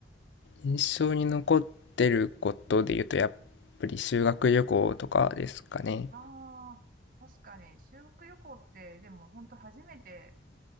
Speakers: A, on the left; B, on the right.
A: 印象に残ってることで言うとやっぱり修学旅行とかですかね
B: あ確かに、修学旅行って、でも、本当初めて、